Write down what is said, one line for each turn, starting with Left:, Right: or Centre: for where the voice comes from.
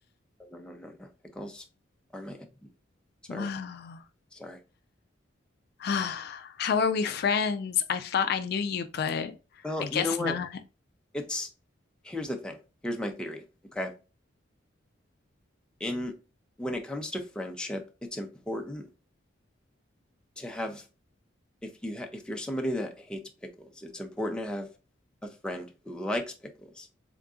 Centre: No, no, no, no. Pickles are my enemy. Sorry.
Left: Whoa.
Centre: Sorry.
Left: <sighs> How are we friends? I thought I knew you, but
Centre: Well,
Left: I guess
Centre: you know what?
Left: not.
Centre: It's here's the thing. Here's my theory, okay? In when it comes to friendship, it's important to have if you ha if you're somebody that hates pickles, it's important to have a friend who likes pickles